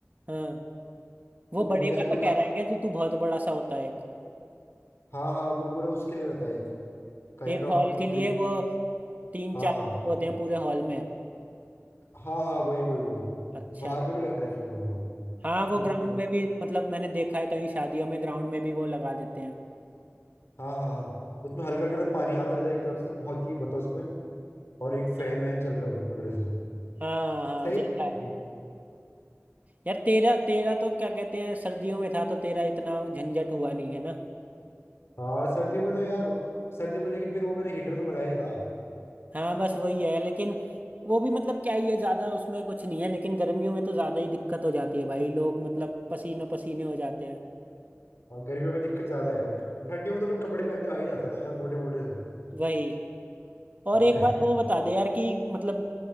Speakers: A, on the right (about 35°); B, on the left (about 65°).
A: हाँ वो
B: तो
A: बड़े
B: वो जैसे
A: वाला
B: कोई
A: कह
B: का
A: रहा है क्या जो तू बहुत बड़ा सा होता है एक
B: हाँ हाँ वो पूरा उसके लिए रहता है एक काइंड
A: एक
B: ऑफ
A: हॉल के लिए
B: प्लेस
A: वो तीन
B: हाँ
A: चार
B: हाँ
A: होते हैं पूरे हॉल में
B: हाँ हाँ वही वही वही
A: अच्छा
B: बाहर पे भी लगा रहता है पूरे वो
A: हाँ वो
B: तो
A: ग्राउंड
B: मत
A: में भी मतलब मैंने देखा है कई शादियों में ग्राउंड में भी वो लगा देते हैं
B: हाँ हाँ हाँ उसमें हल्का हल्का सा पानी आता रहता है एक तरफ से बहुत ही मतलब उसमें और एक फैन
A: हाँ
B: वैन चल रहे होंगे पकड़े से
A: हाँ हाँ,
B: सही
A: देखा है मैंने
B: है।
A: यार तेरा तेरा तो क्या कहते हैं सर्दियों में था तो तेरा इतना झंझट हुआ नहीं है ना
B: हाँ सर्दियों में तो यार सर्दियों में लेकिन फिर वो मैंने हीटर तो लगाया था
A: हाँ बस वही है लेकिन वो भी मतलब क्या ही है ज्यादा उसमें कुछ नहीं है लेकिन गर्मियों में तो ज्यादा ही दिक्कत हो जाती है भाई लोग मतलब पसीनों पसीने हो जाते हैं
B: हाँ गर्मियों में दिक्कत ज्यादा है ठंडियों में तो लोग कपड़े पहन के आ ही जाते हैं ना यार मोटे मोटे से
A: वही
B: <laughs>
A: और
B: अब
A: एक
B: के-
A: बार वो बता दे यार कि मतलब